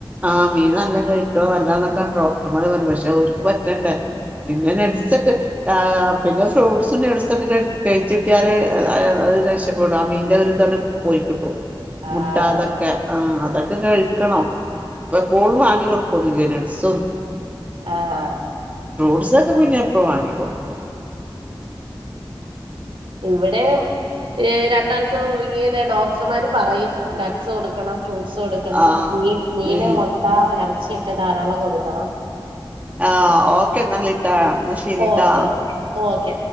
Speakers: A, on the right (about 15°); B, on the right (about 85°).
A: ആഹ് മീൻ നല്ല കഴിക്ക ണർ പിന്നെ നെഡ്‌സൊക്കെ ആ പിന്നെ ഫ്രൂട്ട്സ് സും നടസൊക്കെ കഴിച്ചിട്ടിയല് അത് രക്ഷപ്പെടും ആ മീൻന്റെ ഒരുരിതാണ് പോയി കിട്ടും
B: ആഹ്
A: മുട്ട അതൊക്കെ ആഹ അതൊക്കെ കഴിക്കണംപ്പ എപ്പോൾും വാങ്ങി കൊടുക്കോന്നല്നഡ്സ്
B: ആ ആ
A: പുസക്കെ പിന്നെ എപ്പ വാങ്ങി കൊടുക്കും
B: ഇവിടെ രണ്ടാൾക്കും ഇങ്ങനെ ഡോക്ടർമാർ പറയും ലറ്റ്സ് കൊടുക്കണം ഫ്രൂട്ട്സ് കൊടുക്കണം
A: ആഹ്
B: മീൻ മീന്
A: ഉം
B: മുട്ട ഇറച്ചിയൊക്കെ ധാരാളം കൊടുക്കണം
A: ആ ഓക്കെ എന്നല്ലിട്ടാ എന്നാ ശരിട്ടാ
B: ഓക്കെ ഓക്കെ ഓക്കെ